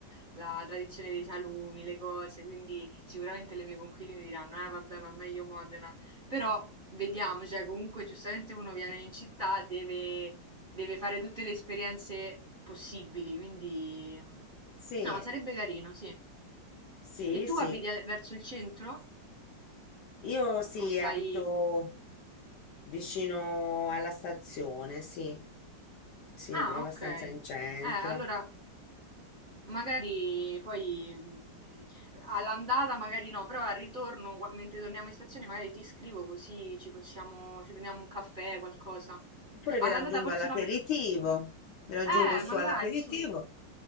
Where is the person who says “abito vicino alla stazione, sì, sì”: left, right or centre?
Left